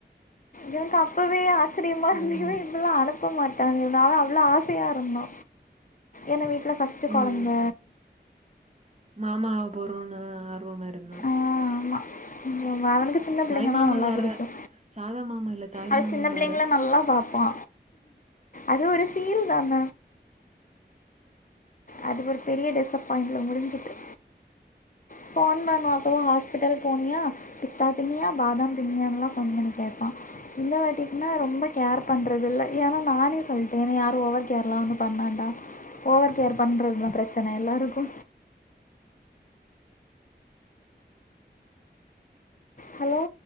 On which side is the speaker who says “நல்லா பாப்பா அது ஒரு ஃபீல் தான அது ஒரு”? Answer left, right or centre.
Left